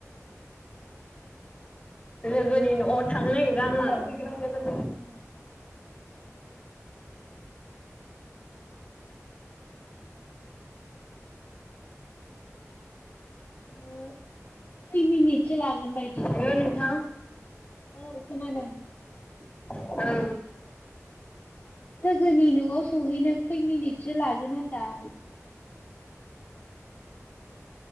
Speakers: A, on the left (about 25°); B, on the left (about 40°).
A: लोगोनि अन थांनो नागिरदों आङो।
B: औ। ओ खै मिनिटसो लागोन बायदि?
A: हेलौ नोंथां
B: औ खोनादों।
A: ओं।
B: लोगोनि न'आव सहैनो खै मिनिटसो लागोन होनदां?